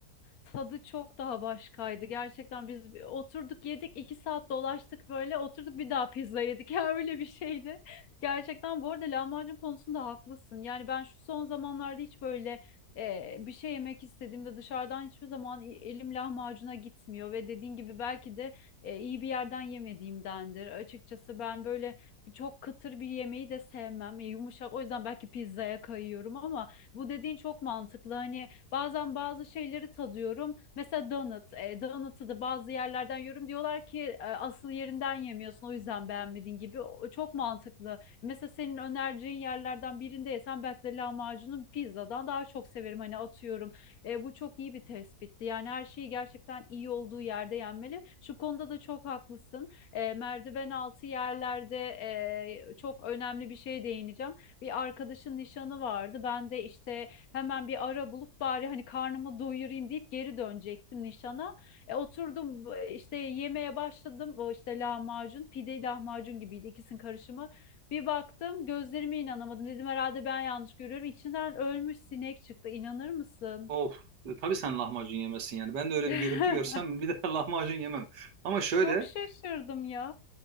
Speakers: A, on the left; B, on the right.
A: tadı çok daha başkaydı. Gerçekten biz bir oturduk yedik iki saat dolaştık böyle oturduk bir daha pizza yedik. <laughs> Ya öyle bir şeydi. Gerçekten bu arada lahmacun konusunda haklısın. Yani ben şu son zamanlarda hiç böyle e, bir şey yemek istediğimde dışarıdan hiçbir zaman e- elim lahmacuna gitmiyor ve dediğin gibi belki de e, iyi bir yerden yemediğimdendir. Açıkçası ben böyle çok kıtır bir yemeği de sevmem. E, yumuşak o yüzden belki pizzaya kayıyorum ama bu dediğin çok mantıklı. Hani Bazen bazı şeyleri tadıyorum. Mesela donut. E, donut'u da bazı yerlerden yiyorum. Diyorlar ki e, asıl yerinden yemiyorsun o yüzden beğenmedin gibi. O, çok mantıklı. Mesela senin önereceğin yerlerden birinde yesem belki de lahmacunu pizzadan daha çok severim. Hani atıyorum. E, bu çok iyi bir tespitti. Yani her şeyi gerçekten iyi olduğu yerde yenmeli. Şu konuda da çok haklısın. E, merdiven altı yerlerde e, çok önemli bir şeye değineceğim. Bir arkadaşın nişanı vardı. Ben de işte Hemen bir ara bulup bari hani karnımı doyurayım deyip geri dönecektim nişana. E, oturdum bu- işte yemeye başladım. O işte lahmacun, pide lahmacun gibiydi ikisinin karışımı. Bir baktım gözlerime inanamadım. Dedim herhalde ben yanlış görüyorum. İçinden ölmüş sinek çıktı. İnanır mısın?
B: Of. E, Tabii sen lahmacun yemezsin yani. Ben de öyle
A: <laughs>
B: bir görüntü görsem bir de <laughs> lahmacun yemem. Ama şöyle
A: Çok şaşırdım ya.